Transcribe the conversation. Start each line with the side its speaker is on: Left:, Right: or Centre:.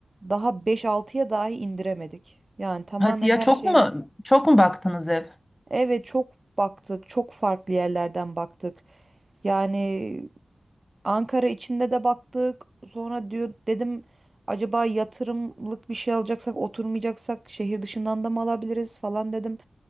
Right: daha beş altıya dahi indiremedik. Yani tamamen
Left: Hadi ya
Right: her
Left: çok
Right: şey.
Left: mu çok mu baktınız ev?
Right: Evet çok baktık, çok farklı yerlerden baktık. Yani Ankara içinde de baktık. Sonra diyor dedim acaba yatırımlık bir şey alacaksak oturmayacaksak şehir dışından da mı alabiliriz falan dedim.